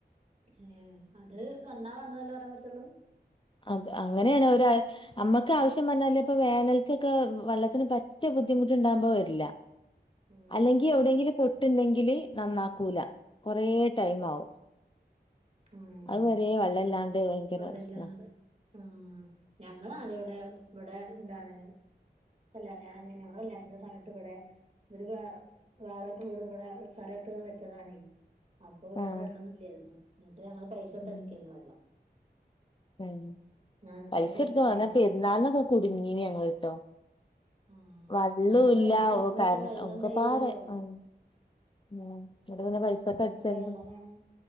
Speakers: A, on the right; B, on the left.
A: ഏഹ് അത് വന്നാ വന്നുല്ലേ പറയാൻ പറ്റുള്ളൂ
B: അത് അങ്ങനെയാണ് ഒര് അമ്മക്ക് ആവശ്യം വന്നല്ല് ഇപ്പോ വേനൽക്കൊക്കെ വെള്ളത്തിന് പറ്റും ബുദ്ധിമുട്ട് ണ്ടാകുമ്പോ വരില്ല
A: ഉം
B: അല്ലെങ്കി എവിടെയെങ്കിലും പൊട്ടുണ്ടെങ്കില് നന്നാക്കൂലാ കൊറേ ടൈം ആവും
A: ഉം
B: അതുവരെ വെള്ളല്ലാണ്ട്
A: അതക്ക
B: ഭയങ്കര
A: വള്ളല്ലാതെ
B: പ്രശ്നാ
A: ഉം ഞങ്ങളത് വിടെ ഇവിടെ എന്താണ് അല്ല ഞാൻ ഞങ്ങളില്ലാത്ത സമയത്ത് ഇവിടെ ഒരു വേറെത്തെ വീട് വടെ സ്ഥല ത്ത് വെച്ചതാണെ അപ്പോ ഇവിടെ
B: ആഹ്
A: വെള്ളൊന്നും ഇല്ലേരുന്നു എന്നിട്ട് ഞങ്ങള് പൈസൊട്ത്തടിക്കാരുന്നു
B: ഉം
A: വെള്ളം
B: ഉം
A: നാനൂറ്റി
B: പൈസ
A: അമ്പത് ഉറുപ്യ
B: എടുത്ത് <unintelligible>
A: ടാങ്ക്
B: പെരുന്നാളിനൊക്കെ കുടുങ്ങീനി ഞങ്ങള്ട്ടോ
A: ആഹ്
B: വള്ളുംല്ല
A: അങ്ങനെ പൈസ
B: <unintelligible>
A: തെരക്കുമ്പോഴൊക്കെ വെള്ളം
B: ഒക്കപാടെ
A: തെകയൂലല്ലോ
B: ആം ഉം ന്ന്ട്ട് പിന്നെ പൈസക്ക്
A: നമ്മക്ക് എത്ര
B: <unintelligible>
A: വെള്ളം വേണം